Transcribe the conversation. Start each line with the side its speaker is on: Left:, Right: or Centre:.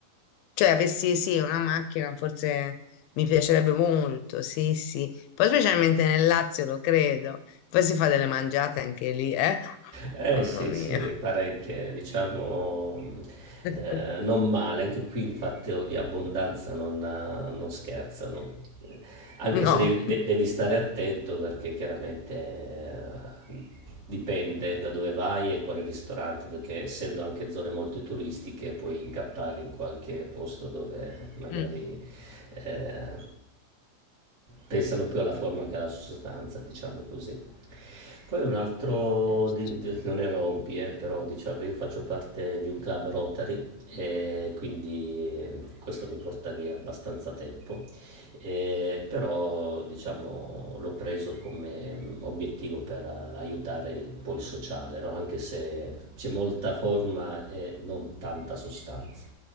Left: cioè, avessi sì, una macchina, forse mi piacerebbe molto, sì, sì. Poi specialmente nel Lazio, lo credo. Poi si fa delle mangiate anche lì, eh?
Right: Eh
Left: Mamma
Right: sì,
Left: mia.
Right: sì, parecchie, diciamo,
Left: <laughs>
Right: eh, non male. Anche qui il fatto di abbondanza non, ha- non scherzano. Eh, Anche
Left: No.
Right: se devi, de- devi stare attento perché chiaramente eh, dipende da dove vai e quale ristorante, perché essendo anche zone molto turistiche puoi incappare in qualche posto dove magari
Left: Mm.
Right: eh, pensano più alla forma che alla sostanza, diciamo così. Poi un altro,
Left: Certo.
Right: di- di- non è hobby, eh, però diciamo io faccio parte di un club Rotary e quindi eh, questo mi porta via abbastanza tempo, Eh, però diciamo l'ho preso come mm, obiettivo per eh, aiutare il- un po' il sociale, no? Anche se c'è molta forma e non tanta sostanza,